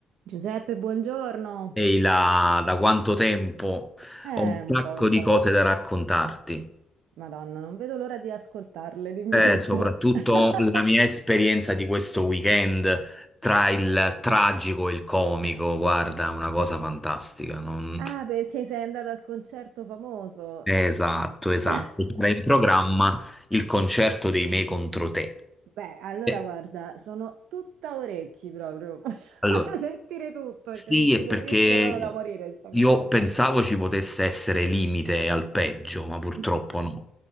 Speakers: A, on the right; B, in the centre.
A: Giuseppe, buongiorno.
B: Ehi là, da quanto tempo?
A: Eh,
B: Ho un
A: un
B: sacco
A: po', un
B: di
A: po'.
B: cose da raccontarti.
A: Madonna, non vedo l'ora di ascoltarle, dimmi
B: Eh,
A: tutto.
B: soprattutto
A: <laughs>
B: la mia esperienza di questo weekend tra il tragico e il comico, guarda, una cosa fantastica. non-
A: Ah, perché sei andato al concerto famoso?
B: Esatto, esatto.
A: <laughs>
B: C'era in programma il concerto dei Me contro te.
A: Beh, allora
B: Eh,
A: guarda, sono tutta orecchi proprio. <laughs>
B: Allora,
A: Voglio sentire tutto
B: Sì,
A: perché mi incuriosisce
B: è perché
A: proprio da morire sta
B: io
A: cosa.
B: pensavo ci potesse essere limite al peggio, ma purtroppo
A: <laughs>
B: no.